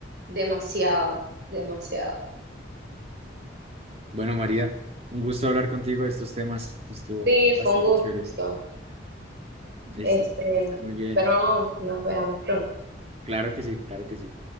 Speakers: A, on the right; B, on the right.
A: demasiado, demasiado.
B: Bueno, María, un gusto hablar contigo de estos temas. Estuvo
A: Sí,
B: bastante
A: fue un gusto.
B: chévere. Listo,
A: Este,
B: que estés muy bien.
A: espero nos veamos pronto.
B: Claro que sí, claro que sí.